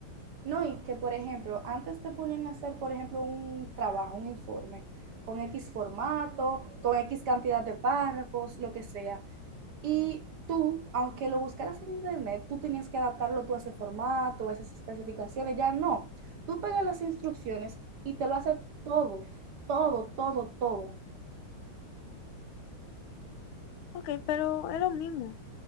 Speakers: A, on the right (about 60°); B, on the left (about 80°).
A: No, y que, por ejemplo, antes te ponían a hacer, por ejemplo, un trabajo, un informe, con X formato, con X cantidad de párrafos, lo que sea. Y tú, aunque lo buscaras en internet, tú tenías que adaptarlo tú a ese formato, a esas especificaciones, ya no. Tú pegas las instrucciones y te lo hace todo, todo, todo, todo.
B: Ok, pero es lo mismo.